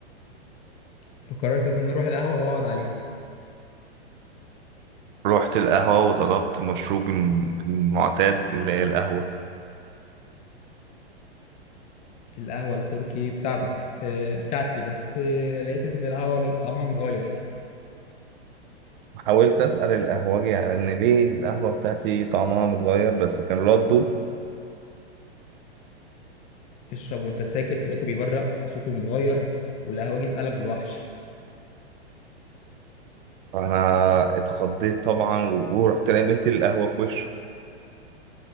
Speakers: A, on the left; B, on the right.
A: فقررت ان اروح القهوة واقعد عليها
B: رحت القهوة وطلبت مشروبي المعتاد اللي هي القهوة
A: القهوة التركي بتاعتك اه بتاعتي بس اه لقيت ان القهوة طعمها متغير
B: حاولت أسأل القهوجي على إن ليه القهوة بتاعتي طعمها متغير بس كان رده
A: اشرب وانت ساكت لقيته بيبرق وصوته متغير والقهوجي اتقلب الوحش
B: فأنا اتخضيت طبعا ورحت رميت القهوة في وشه